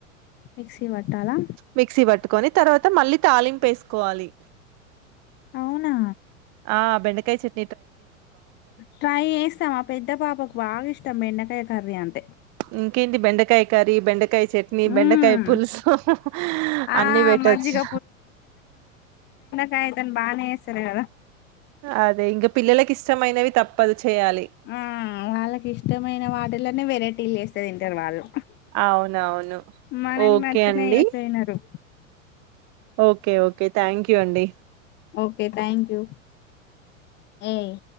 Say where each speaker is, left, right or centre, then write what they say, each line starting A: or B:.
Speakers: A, on the left; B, on the right.
A: మిక్సీ పట్టాలా
B: మిక్సీ పట్టుకొని తర్వాత మళ్ళీ తాలింపేసు కోవాలి
A: అవునా
B: ఆ బెండకాయ చిట్
A: ట్రై చేస్తాం పెద్ద పాపకు బాగా ఇష్టం బెండ ఏ కర్రీ అన్
B: ఇంకేంటి బెండకాయ కర్రీ బెండకాయ చెట్ని
A: మ్మ్
B: బెండకాయ పులుసు
A: ఆ
B: అన్ని పెట్టొచ్చు.
A: మజ్జిగ కానీ తను బానే చేస్తది కదా
B: అదే ఇంక పిల్లలకి ఇష్టమైనవి తప్పదు చేయాలి.
A: ఆ వాళ్ళకి ఇష్టమైన వాటిలనే వెరైటీలు చేస్ <inaudible> అదే తింటరు వాళ్ళు
B: అవునవును
A: మనకు
B: ఓకే
A: నచ్చినవి
B: అండి
A: చేస్తే తినరు
B: ఓకే ఓకే థాంక్యూ అండి
A: ఓకే థాంక్యూ హ్మ్